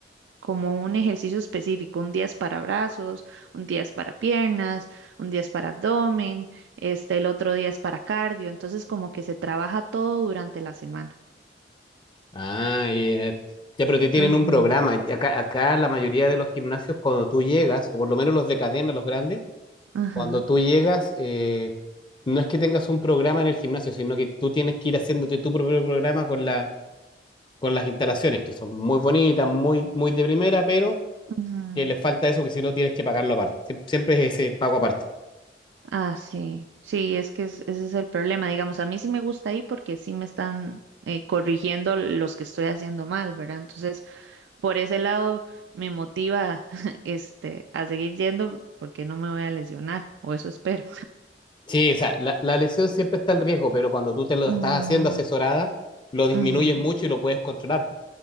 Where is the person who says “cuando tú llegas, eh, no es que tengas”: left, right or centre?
Left